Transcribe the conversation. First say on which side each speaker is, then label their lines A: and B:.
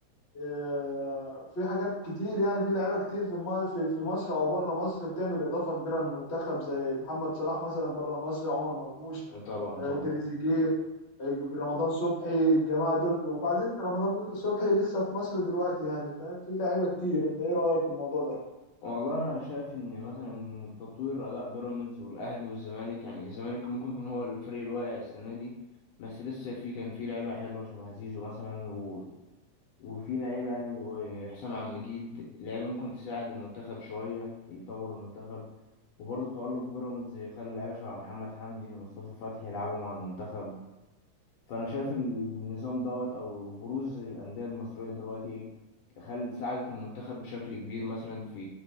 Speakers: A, on the left (about 40°); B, on the left (about 70°).
A: آه، في حاجات كتير يعني في لعيبه كتير في الم- في في مصر او بره مصر بتعمل اضافه كبيره للمنتخب زي محمد صلاح مثلا بره مصر عمر مرموش
B: طبعا
A: آه،
B: طبعا
A: تريزيجيه آه، رمضان صبحي الجماعه دول وبعدين رمضان صبحي لسه في مصر دلوقتي يعني فاهم في لعيبه كتير انت ايه رايك في الموضوع ده؟
B: والله انا شايف ان مثلا تطوير اداء بيراميدز والاهلي والزمالك يعني الزمالك ممكن يكون هو الفريق الواقع السنه دي بس لسه في كان في لعيبه حلوه شبه زيزو مثلا و... وفي لعيبه يعني وحسام عبد المجيد لعيبه ممكن تساعد المنتخب شويه يطور المنتخب وبرضه تألق بيراميدز يخلي لعيبه شبه محمد حمدي ومصطفى فتحي يلعبوا مع المنتخب فانا شايف النظام دوت او بروز الانديه المصريه دلوقتي خل ساعدت المنتخب بشكل كبير مثلا في